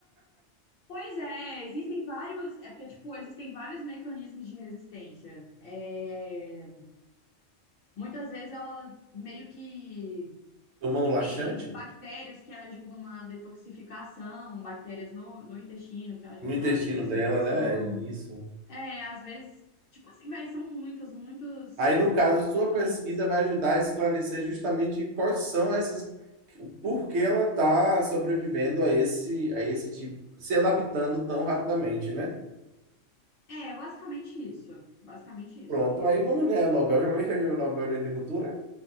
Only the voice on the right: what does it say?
Tomando laxante?
No intestino
dela, né? É isso.
Aí, no caso,
sua
pesquisa vai ajudar a esclarecer justamente quais são essas, por que ela está sobrevivendo a esse, a esse tipo, se adaptando tão rapidamente, né?
Pronto, aí vamos ganhar o Nobel. Alguém já ganhou o Nobel de Agricultura?